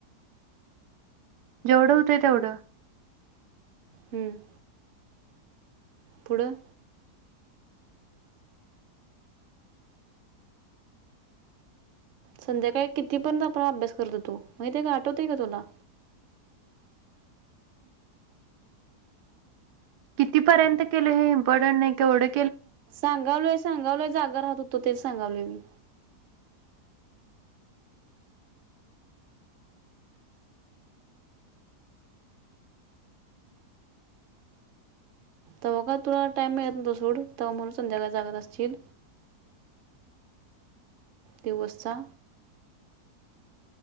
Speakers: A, on the right (about 80°); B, on the right (about 55°).
A: जेवढं होत तेवढं
B: हम्म पुढं संध्याकाळी कितीपर्यंत आपण अभ्यास करतो तो म्हग ते का आठवत आहे का तुला
A: कितीपर्यंत केलं हे इम्पॉर्टंट नाहीवढं
B: सांगावलंोय सांगालंय जाग राहत होतो तेच सांगावले मी तव्हा का तुला टाइम मिळत नव्हो सूड तेव्हा म्हणून संध्याकाळी जागत असतील दिवस्चा